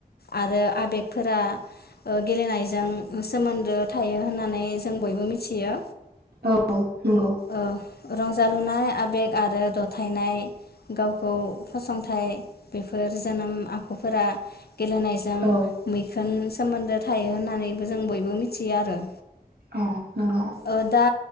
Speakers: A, on the left; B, on the right.
A: आरो आबेगफोरा ओ गेलेनायजों सोमोन्दो थायो होननानै मे जों बयबो मिथियो।
B: औ नंगौ
A: ओ रंजालुनाय आबेग आरो दथायनाय गावखौ फसंथाइ बेफोर जोनोम आखुफोरा गेलेनायजों
B: औ
A: मैखुन सोमोन्दो थायो होननानैबो जों बयबो मिथियो आरो
B: औ नोंगौ
A: ओ दा